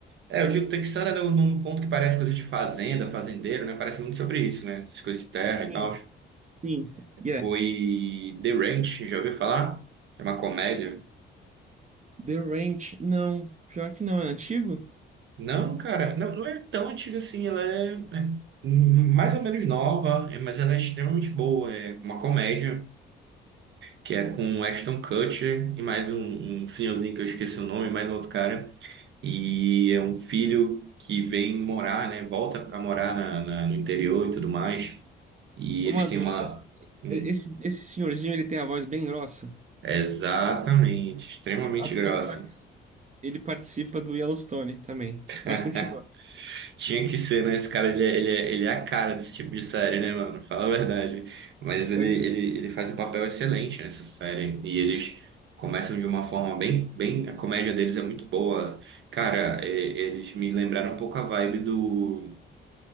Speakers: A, on the right; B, on the right.
A: é eu digo texana num num ponto que parece coisa de fazenda, fazendeiro, né? Parece muito sobre isso, né? Essas coisas de terra
B: Sim.
A: e tal.
B: Sim. Yeah.
A: Foi The Ranch, já ouviu falar? É uma comédia.
B: The Ranch, não. Pior que não, é antigo?
A: Não, cara, não, não é tão antiga assim, ela é, é mais ou menos nova, é, mas ela é extremamente boa. É uma comédia que é com Ashton Kutcher e mais um, um senhorzinho que eu esqueci o nome, mais um outro cara. E é um filho que vem morar, né? Volta a morar na, na- no interior e tudo mais. E
B: Uma
A: eles têm
B: dúvida.
A: uma. Hum,
B: e- Esse, esse senhorzinho, ele tem a voz bem grossa.
A: exatamente, extremamente
B: Ele,
A: grossa.
B: ele partici- ele participa do Yellowstone também.
A: <laughs>
B: Mas continua.
A: Tinha que ser, né? Esse cara, ele é, ele é, ele é a cara desse tipo de série, né, mano? Fala a verdade. Mas ele,
B: Pois
A: ele, ele faz um papel excelente nessa série. E eles começam de uma forma bem, bem... A comédia deles é muito boa. Cara, e- eles me lembraram um pouco a vibe do...